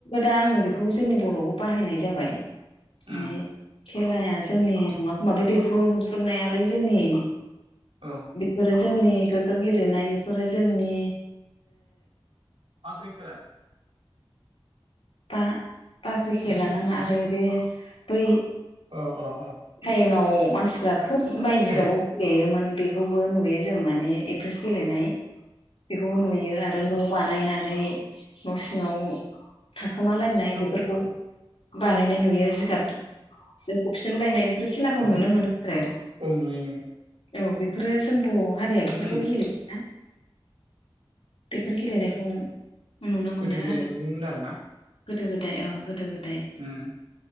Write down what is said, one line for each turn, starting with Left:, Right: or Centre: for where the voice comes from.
Left: दा आं बेखौ जोंनि बर'आवबो बाहायनाय जाबाय
Right: उम
Left: माने खेलाया जोंनि नाखौ माब बे दैहु बुफ्र्रुबनायालाय जोंनि
Right: औ
Left: बेफोरो जोंनि गोग्गो गेलेनाय बेफोरो जोंनि
Right: <unintelligible>
Left: बा बाख्रि खेला नामा आरो बे बै
Right: अ अ अ
Left: टाइमाव मानसिफ्रा खोब बाय जिगाबाव
Right: ए
Left: गेलेयोमोन बेखौबो नुयो जों माने एप्रेस गेलेनाय बेखौबो नुयो आरो न' बानायनानै न' सिङाव थाखोमालायनाय
Right: दाउ
Left: बेफोरखौ
Right: थारुन
Left: बानायनाय नुयो जिगाब ज खबसिनलायनाय बेफोर खेलाखौ
Right: उमहो
Left: नुनो मोनो आरो
Right: औ नुयो नुयो
Left: औ बेफोरो जों बर' हारिया बेफोरखौ
Right: उम
Left: गेलेयो बेफोर गेलेनायखौ नुनो मोनो
Right: गोदो गोदाय
Left: आरो
Right: नुयोमोन आरो ना
Left: गोदो गोदाय अ गोदो गोदाय
Right: उम